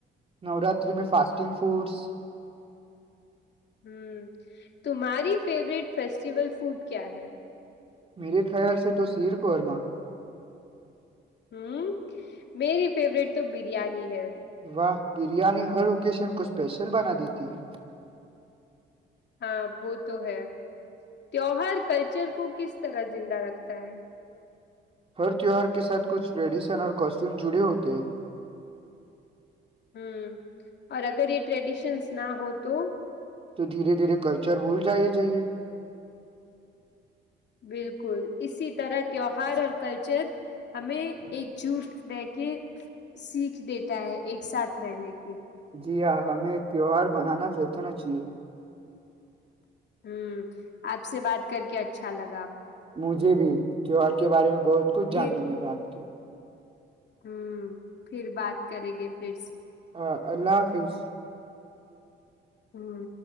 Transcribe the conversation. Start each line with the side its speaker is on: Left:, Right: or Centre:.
Right: نوراتری میں فاسٹنگ فوڈس
Left: ہ تمہاری فیوروریٹ فیسٹیول فوڈ کیا ہے
Right: میرے خیال سے تو سیر قورما
Left: ہوں میری فیوریٹ تو بریانی ہے
Right: واہ بریانی ہر اوکیشن کو اسپیشل بنا دیتی ہے
Left: ہاں وہ تو ہے تیوار کلچر کو کس طرح زندہ رکھتا ہے
Right: ہر تیوہار کے ساتھ کچھ ٹریڈیشن اور کاسٹیوم جڑے ہوتے
Left: ہ اور اگر یہ ٹریڈیشنس نہ ہو تو
Right: تو دھیرے دھیر کلچر بھول جائے جائیے
Left: بالکل اسی طرح تیوہار اور کلچر ہمیں ایک جٹ رہ کے سیکھ دیتا ہے ایک ساتھ رہنے کی
Right: جی ہاں ہمیں کیو آر بنانا جتنا چاہیے
Left: ہوں آپ سے بات کر کے اچھا لگا
Right: مجھے بھی تیوہر کے بارے میں بہت کچھ جاننے
Left: پھر
Right: ملاے آپ کے
Left: ہوں پھر بات کریں گی پھر
Right: ہاں اللہ حافظ
Left: ہوں